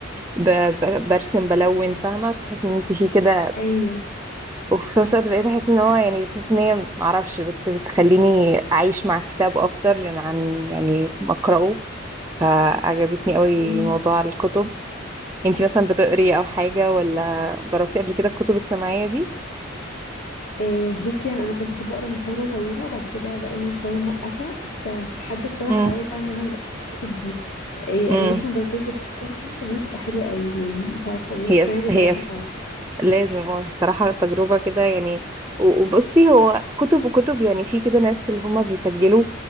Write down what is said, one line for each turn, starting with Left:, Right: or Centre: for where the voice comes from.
Right: ب... ب- برسم بلون فاهمه بتحس ان انت في كده
Left: ايوه
Right: وفي نفس الوقت بقيت احس ان هو يعني بتحس ان هي معرفش بت... بتخليني اعيش مع الكتاب اكتر يعني عن يعني ما اقراه فعجبتني قوي
Left: أو.
Right: موضوع الكتب انت مثلا بتقري او حاجه ولا جربتي قبل كده الكتب السماعيه دي
Left: إيه بصي يعني انا كنت بحب اقرا من فتره طويله وبعد كده بقالي شويه موقفه فحد اقترح
Right: امم
Left: عليا فعلا ان انا اجرب الكتب دي إيه
Right: امم
Left: انا لسه ما جربتهاش بس انا حاسه ان هي تبقى حلوه قوي يعني مش عارفه أنا-
Right: هي
Left: بس انا عايزه
Right: هي
Left: اجربها فعلا
Right: لازم هو الصراحة تجربة كده يعني و- وبصي هو كتب وكتب يعني في كده ناس اللي هما بيسجلوا